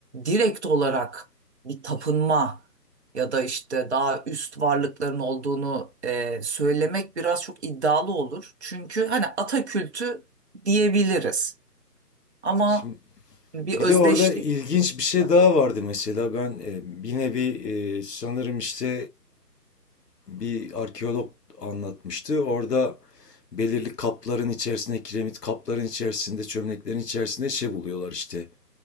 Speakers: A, on the right; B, on the left.
A: direkt olarak bir tapınma ya da işte daha üst varlıkların olduğunu e, söylemek biraz çok iddialı olur. Çünkü hani ata kültü diyebiliriz ama
B: Şimdi
A: bir
B: Bir
A: özdeşlik
B: de orada ilginç bir şey
A: var.
B: daha vardı mesela ben e, yine bir e, sanırım işte e, bir arkeolog anlatmıştı. Orada belirli kapların içerisinde kiremit kapların içerisinde çömleklerin içerisinde şey buluyorlar işte